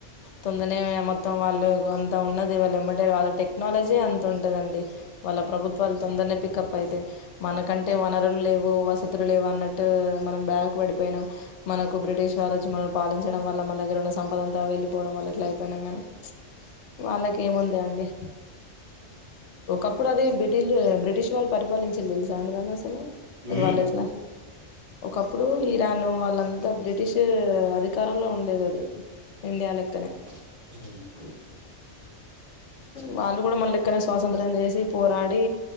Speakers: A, on the left (about 70°); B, on the right (about 40°).
A: తొందర్నే మొత్తం వాళ్ళు అంత ఉన్నది. వాళ్లేమ్మంటే వాళ్ళు. టెక్నాలజీ అంత ఉంటదండి. వాళ్ళ ప్రభుత్వాలు తొందరనే పికప్ అయితయి. మనకంటే వనరులు లేవు, వసతులు లేవు అన్నట్టు. మనం బ్యాక్ పడిపోయినం, మనకు బ్రిటిష్ వాళ్ళ వచ్చి, మనం పాలించడం వల్ల, మన దగ్గర ఉన్న సంపదంతా వెళ్ళలిపోవడం వల్ల. లేక ఇట్ల అయిపోయినాం, గానీ వాళ్ళకి ఏముంది. అండి ఒకప్పుడు, అది బ్రిటిలు బ్రిటిష్ వాళ్ళు పరిపాలించింది. ఉందా అండి అసలు.
B: హ్మ్.
A: వాళ్ళు ఎట్లా ఒకప్పుడు, ఇరాను వాళ్ళంతా, బ్రిటిష్ అధికారంలో ఉండేది. అది ఇండియా లెక్కనే
B: మ్ ఉ
A: వాళ్ళు గూడా, మనళ్ళెక్కనే స్వాతంత్రం చేసి, పోరాడి